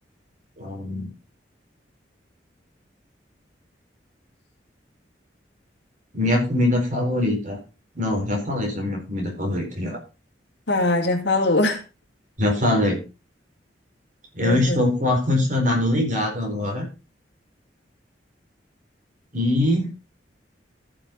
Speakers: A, on the right (about 45°); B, on the left (about 70°).
A: Ahn, minha comida favorita. Não, já falei sobre minha comida favorita, já.
B: Ah, já falou.
A: Já falei. Eu
B: Aham.
A: estou com o ar-condicionado ligado agora e